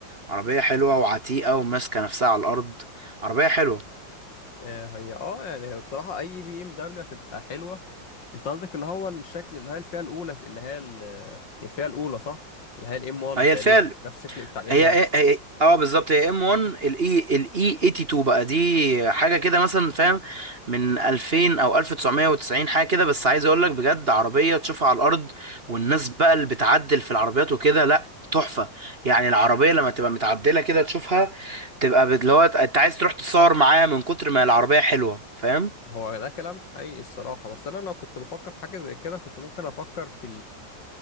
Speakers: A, on the right; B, on the left.
A: عربية حلوة وعتيقة وماسكة نفسها على الارض عربية حلوة
B: آه، هي اه يعني هي الصراحة أي بي إم دبليو هتبقى حلوة أنت قصدك اللي هو الشكل اللي هي الفئة الأولى اللي هي ال- الفئة الأولى صح؟ اللي هي الإم 1
A: هي
B: تقريبا
A: الفئة هي
B: نفس الشكل بتاع الإم
A: هي
B: 1
A: هي- إيه. اه بالظبط هي ام 1 الاي الاي 82 بقى دي حاجه كده مثلا فاهم من 2000 او 1990 حاجه كده بس عايز اقول لك بجد عربيه تشوفها على الارض والناس بقى اللي بتعدل في العربيات وكده لا تحفه يعني العربيه لما تبقى متعدله كده تشوفها تبقى بت- اللي هو انت عايز تروح تتصور معاها من كتر ما العربيه حلوه فاهم
B: هو ده كلام حقيقي الصراحة بس أنا لو كنت بفكر في حاجة زي كده كنت ممكن أفكر في